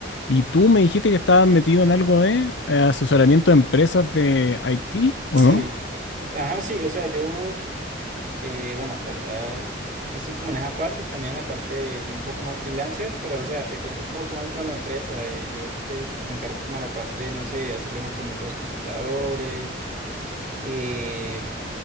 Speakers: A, on the left; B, on the right.
A: Y tú me dijiste que estabas metido en algo de eh, asesoramiento de empresas de IT,
B: sí.
A: ¿o no?
B: Ajá, sí, o sea, yo, eh, bueno, la verdad, estoy como en esa parte y también en la parte de, de un poco más freelancer, pero, o sea, te cuento un poco más con la empresa. eh, yo, pues, me encargo como la parte, no sé, de hacerle mantenimiento a los computadores, eh.